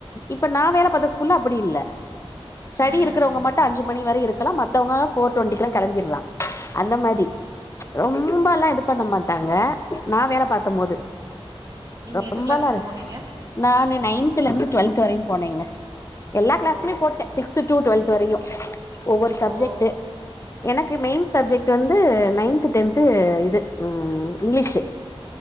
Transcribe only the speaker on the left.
இப்ப நா வேல பாத்த ஸ்கூல்ல அப்படி இல்ல ஸ்டடி
இருக்கிறவங்க மட்டு அஞ்சுமணி வர இருக்கலா மத்தவங்க ஃபோர்டொன்டி கெலா கெளம்பிடலா அந்த மாரி ச் ரொம்பல்லா இது பண்ண மாட்டாங்க நா வேல பார்த்த
போது
ரொம்பல்லா
நா நைன்தல இருந்து டுவெல்த் வரையும் போனீங்க எல்லா கிளாஸ்மே
போட்டே சிக்த் டு டுவெல்த் வரையு ஒவ்வொரு சப்ஜெக்ட்
எனக்கு மெயின் சப்ஜெக்ட் வந் து நைன்த டென்து இது இங்கிலீஷ்